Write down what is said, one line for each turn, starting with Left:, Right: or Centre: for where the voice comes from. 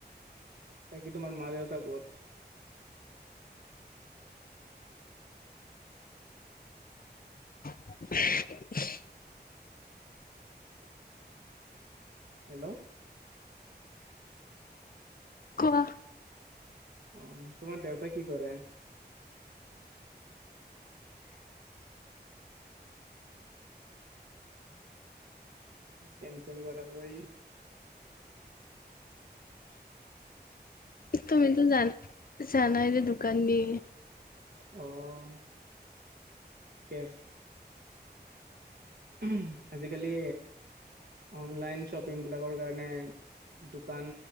Right: বাকি তোমাৰ মা দেউতা ক'ত?
Left: <unintelligible>
Right: হেল্ল'।
Left: কোৱা।
Right: অ, তোমাৰ দেউতা কি কৰে? কেন্চেল কৰা বৈ।
Left: তুমি তো জানাই যে দুকান দি।
Right: অ', কেছ। ইম আজিকালি অনলাইন শ্বপিং বিলাকৰ কাৰণে। দোকান